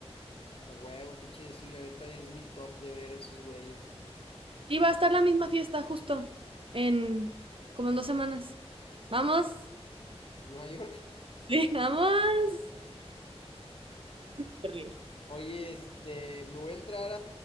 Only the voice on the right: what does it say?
Y va a estar la misma fiesta justo en como en dos semanas. Vamos,
Sí. <laughs> vamos. Te ríes.